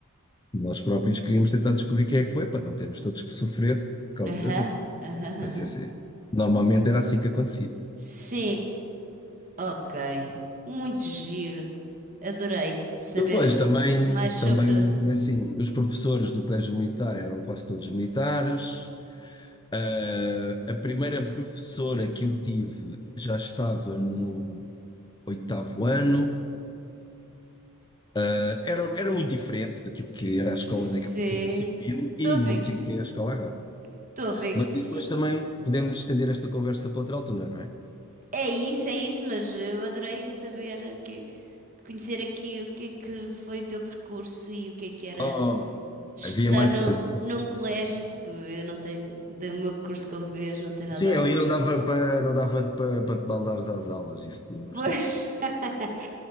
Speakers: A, on the left; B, on the right.
A: Nós próprios queríamos tentar descobrir quem é que foi, para não termos todos que sofrer por causa
B: Aham,
A: de um.
B: aham, aham.
A: Mas isso é- Normalmente era assim que acontecia.
B: Sim, ok. Muito giro. Adorei saber
A: Depois
B: o que-
A: também,
B: mais sobre.
A: também assim, os professores do colégio militar eram quase todos militares, Ah, a primeira professora que eu tive já estava no oitavo ano. Ah, era, era muito diferente daquilo que era a escola
B: Sim,
A: naquela cultura civil
B: estou
A: e
B: a ver
A: no
B: que
A: que
B: sim.
A: que é a escola agora.
B: Estou a ver que
A: Mas
B: sim.
A: isso depois também podemos estender esta conversa para outra altura, não é?
B: É isso, é isso, mas eu adorei saber que conhecer aqui o que é que foi o teu percurso e o que é que era
A: Oh,
B: estudar
A: havia mais
B: no,
A: coisas.
B: num colégio, porque eu não tenho, do meu percurso, como vês, não tem nada
A: Sim,
B: a ver.
A: ali não dava para não dava para, para te baldares às aulas, isso Não
B: Pois.
A: esquece.
B: <laughs>